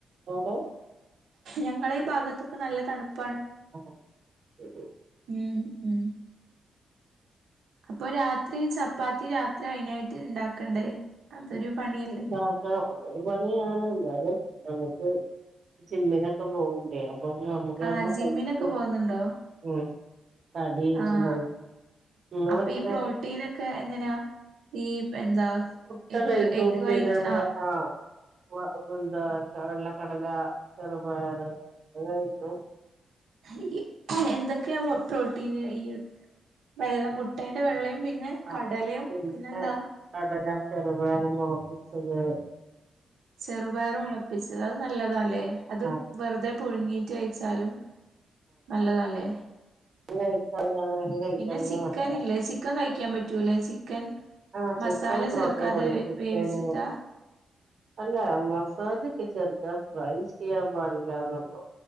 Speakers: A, on the right; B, on the right.
A: എവ്ടെ?
B: ഞങ്ങെളെ ഈ ഭാഗത്തൊക്കെ നല്ല തണുപ്പാണ്.
A: ആഹ് ശരി
B: ഉം ഉം. അപ്പൊ രാത്രി ചപ്പാത്തി. രാ ത്രി അയിനായിട്ട് ഇണ്ടാക്കണ്ടേ? അതൊരു
A: ഉം
B: പണിയല്ലേ
A: ഉണ്ടാ ആഹ് അതൊരു പണിയാണ്. എന്നാലും. നമ്മുക്ക് ജിമ്മിനൊക്കെ പോകണ്ടേ. അതാവുമ്പോ നമുക്ക്
B: ആഹ്
A: നമ്മടെ
B: ജിമ്മിനൊക്കെ
A: ഹെൽത്തും
B: പോകുന്നുണ്ടോ
A: ഉം തടി <inaudible>
B: ആഹ്
A: നിങ്ങളെത്ര
B: അപ്പൊ ഈ പ്രോട്ടീനൊക്കെ എങ്ങനെ? ഈ എന്താ
A: ട്ട
B: എഗ്
A: കഴിക്കും.
B: എഗ് വൈറ്റ്
A: പിന്നമ്മള് ആഹ് വ് പ്പൊ എന്താ വെള്ളക്കടല ചെറുപയർ ഒക്കെ കഴിക്കും.
B: ഈ എന്തൊക്കെയാ പ്രോട്ടീന്. ഈ വെള്ള മുട്ടേന്റെ വെള്ളയും പിന്നെ
A: ആ
B: കടലേം
A: പിന്നെ
B: പിന്നെന്താ
A: കടല, ചെറുപയർ മൊളപ്പിച്ചത്.
B: ചെറുപയർ മുളപ്പിച്ചത് അത് നല്ലതാല്ലേ. അത്
A: ആ
B: വെറുതെ പുഴുങ്ങീറ്റ് കഴിച്ചാലും നല്ലതല്ലേ.
A: കഴിക്കാണെങ്കിൽ അങ്ങനെയൊക്കെ കഴിക്കാണെങ്കിൽ
B: പിന്നെ ചിക്കനില്ലേ
A: നല്ലതാ
B: ചി ക്കൻ കഴിക്കാൻ പറ്റൂല്ലേ ചിക്കൻ.
A: ആ
B: മസാല
A: ചിക്കൻ പ്രോട്ടീൻ
B: ചേർക്കാതെ
A: ആണ് ചിക്കന്
B: വേവിച്ചിട്ടാ.
A: അല്ല മസാലൊക്കെ ചേർക്കാ. ഫ്രൈ ചെയ്യാൻ പാടില്ലാന്നൊള്ളു.